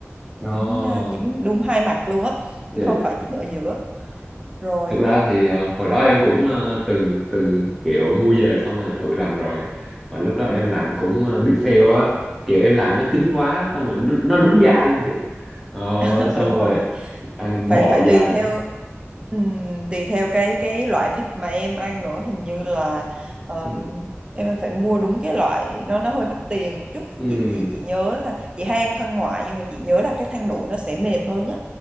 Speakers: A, in the centre; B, on the right (about 20°).
A: Ồ.
B: chín ờ, chín đúng hai mặt luôn á
A: Dạ
B: chứ không
A: dạ.
B: phải chín ở giữa rồi
A: Thực ra thì ờ, hồi đó em cũng ờ, từng từng kiểu mua về xong rồi thử làm rồi mà lúc đó em
B: Ừ.
A: làm cũng ờ, bị fail á kiểu em làm nó chín quá xong rồi nó, nó đúng dai luôn chị ờ,
B: Ờ,
A: xong
B: đúng
A: rồi
B: rồi
A: ăn
B: phải
A: bò
B: phải tùy
A: dai
B: theo ừm, tùy theo cái cái loại thịt mà em ăn nữa hình như là ờ,
A: ừ.
B: em phải mua đúng cái loại nó nó hơi mắc tiền một chút
A: ừ.
B: chị chị chị nhớ là chị hay ăn thân ngoại nhưng mà chị nhớ là cái thăn nội nó sẽ mềm hơn á